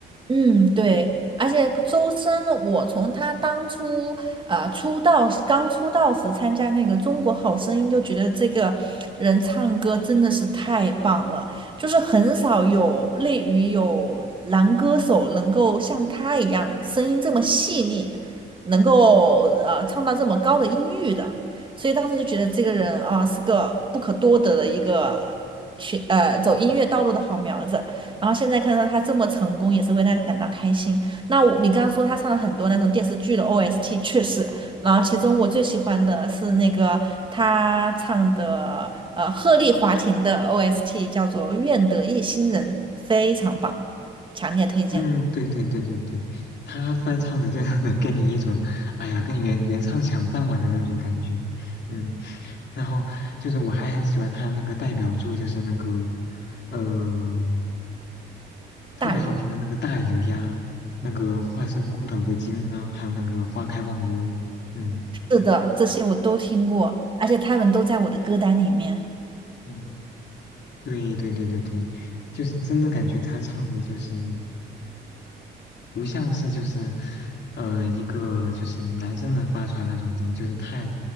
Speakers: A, on the right; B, on the left.
A: 嗯，对，而且周深，我从他当初呃出道时刚出道时参加那个《中国好声音》，就觉得这个人唱歌真的是太棒了，就是很少有类于有男歌手能够像他一样声音这么细腻，能够呃唱到这么高的音域的，所以当时就觉得这个人啊、是个不可多得的一个学呃走音乐道路的好苗子。然后现在看到他这么成功，也是为他感到开心。那我你刚刚说他唱了很多那种电视剧的 OST，确实，然后其中我最喜欢的是那个他唱的呃鹤唳华亭的 OST，叫做《愿得一心人》，非常棒，强烈推荐。
B: 嗯，对对对对对，他翻唱的就 <laughs> 能给你一种，哎呀，跟原原唱抢饭碗的那种感觉。嗯，然后就是我还很喜欢他那个代表作，就是那个，嗯、特别好听的那个《大鱼》呀，
A: 大鱼，
B: 那个《化身孤岛的鲸》啊，还有那个《花开忘忧》。嗯
A: 是的，这些我都听过，而且他们都在我的歌单里面。
B: 嗯，对对对对对，就是真的感觉他唱的就是。不像是就是，呃，一个就是男生能发出来那种音，就是太，